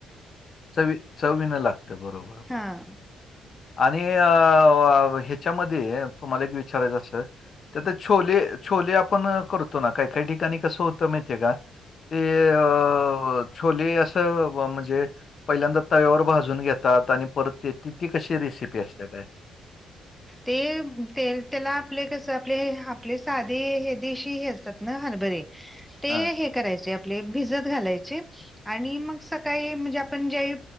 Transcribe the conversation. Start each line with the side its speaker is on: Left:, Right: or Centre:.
Left: चवी चवीन लागत बरोबर बरोबर.
Centre: हां.
Left: आणि अ ह्याच्यामध्ये तुम्हाला, एक विचारायचं असं- तर तर छोले. छोले आपण करतो ना? काही काही ठिकाणी कसं होतं माहितीय का? ते अ छोले असं म्हणजे- पहिल्यांदा तव्यावर भाजून घेतात. आणि परत ते ती कशी रेसिपी असतेय काय?
Centre: ते त्याला आपले कस? आपले आपले साधे हे देशी हे असतात ना? हरभरे. ते
Left: हां,
Centre: हे करायचे आपले भिजत घालायचे. आणि मग सकाळी म्हणजे आपण जे